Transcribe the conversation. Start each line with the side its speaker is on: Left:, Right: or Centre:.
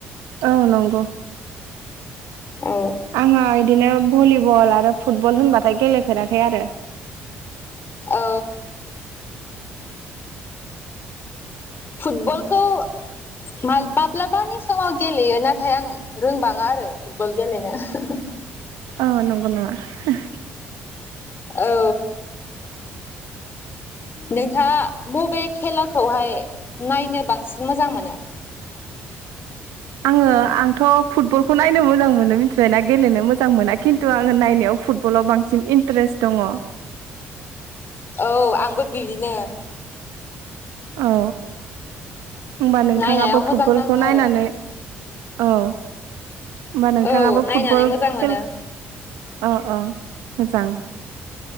Right: औ नंगौ
Left: औ
Right: आङो इदिनो भलिबल आरो फुटबल होनबाथाय गेलेफेराखै आरो
Left: औ फुटबलखौ माल-माब्लानि समाव गेलेयो नाथाय आं रोंबाङा आरो फुटबल गेलेनो <unintelligible>
Right: औ नंगौ नामा?
Left: औ नोंथाङा बबे खेलाखौहाय नायनो बांसिन मोजां मोनो?
Right: आङो आंथ' फुटबलखौ नायनो मोजां मोनो मिथिबाय ना गेलेनो मोजां मोना खिन्थु आङो नायनायाव फुटबलाव बांसिन इन्टारेस्ट दङ
Left: औ आंबो बिदिनो
Right: औ ओमबा नोंथाङाबो
Left: नायनायाव मोजां
Right: फुटबलखौ
Left: नाङो
Right: नायनानै
Left: आरो
Right: औ होमबा नोंथाङाबो
Left: औ नायनानै
Right: फुटबल
Left: मोजां
Right: खेल
Left: मोनो
Right: अ अ मोजां